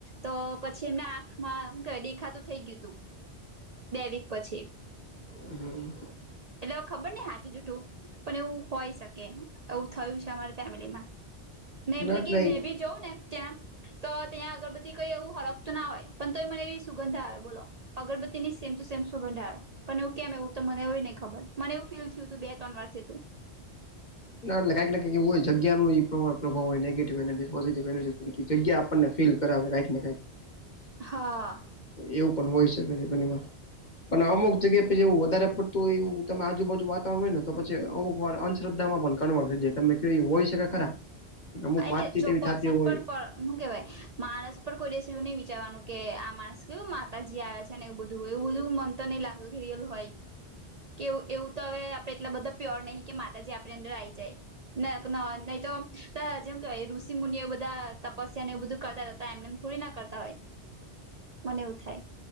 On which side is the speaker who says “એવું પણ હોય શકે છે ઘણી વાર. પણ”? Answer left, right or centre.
Left